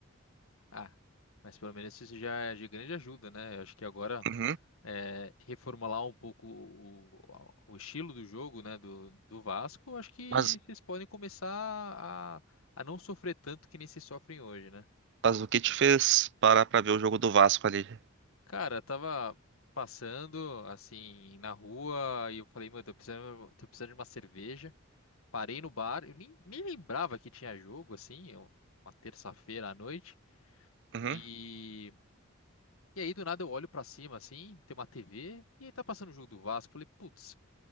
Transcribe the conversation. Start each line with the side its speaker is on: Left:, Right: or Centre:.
Left: Ah, mas pelo menos isso já é de grande ajuda, né? Eu acho que agora
Right: Uhum,
Left: é, reformular um pouco o, o estilo do jogo, né, do, do Vasco, eu acho que
Right: Mas,
Left: vocês podem começar a, a não sofrer tanto que nem vocês sofrem hoje, né?
Right: mas o que te fez parar pra ver o jogo do Vasco ali?
Left: Cara, eu tava passando assim na rua e eu falei, mano, tô precisando, tô precisando de uma cerveja. Parei no bar, eu nem, nem lembrava que tinha jogo assim, eu- uma terça-feira à noite.
Right: uhum.
Left: E, e aí do nada eu olho pra cima assim, tem uma TV e aí tá passando o jogo do Vasco. Falei, putz,